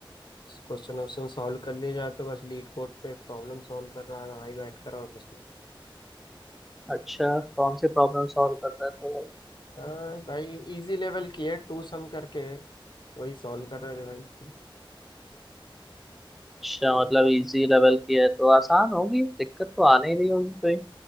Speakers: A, on the left; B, in the centre.
A: क्वेश्चन वोश्चन सॉल्व कर लिए जाए तो बस लीड कोड पे प्रॉब्लम सॉल्व कर रहा था भाई बैठ कर और कुछ नहीं
B: अच्छा कौन सी प्रॉब्लम सॉल्व कर रहे थे भाई
A: आ, भाई इजी लेवल की है टू सम करके है, वही सॉल्व कर रहे थे भाई
B: अच्छा मतलब इजी लेवल की है तो आसान होगी दिक्कत तो आने ही रही होगी कोई